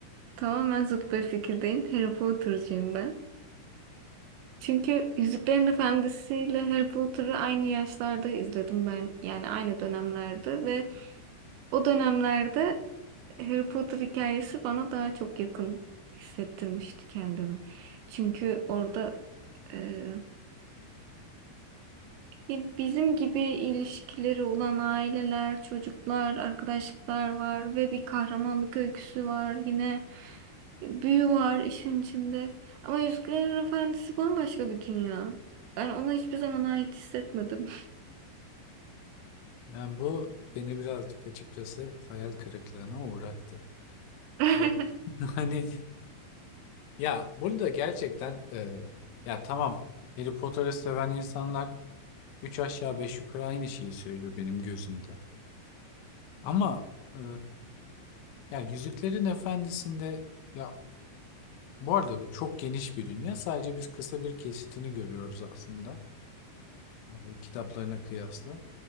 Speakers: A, on the right; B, on the left.
A: tamamen zıt bir fikirdeyim. Harry Potter'cıyım ben. Çünkü Yüzüklerin Efendisi ile Harry Potter'ı aynı yaşlarda izledim ben. Yani aynı dönemlerde ve o dönemlerde Harry Potter hikayesi bana daha çok yakın hissettirmişti kendimi. Çünkü orada e, Bi- Bizim gibi ilişkileri olan aileler, çocuklar, arkadaşlıklar var ve bir kahramanlık öyküsü var. Yine e, büyü var işin içinde. Ama Yüzüklerin Efendisi bambaşka bir dünya. Ben ona hiçbir zaman ait hissetmedim.
B: Yani bu beni birazcık açıkçası hayal kırıklığına uğrattı.
A: <laughs>
B: Bu, <laughs> hani ya burada gerçekten e, ya tamam Harry Potter'ı seven insanlar üç aşağı beş yukarı aynı şeyi söylüyor benim gözümde. Ama e, ya Yüzüklerin Efendisi'nde ya bu arada bu çok geniş bir dünya. Sadece biz kısa bir kesitini görüyoruz aslında e, kitaplarına kıyasla.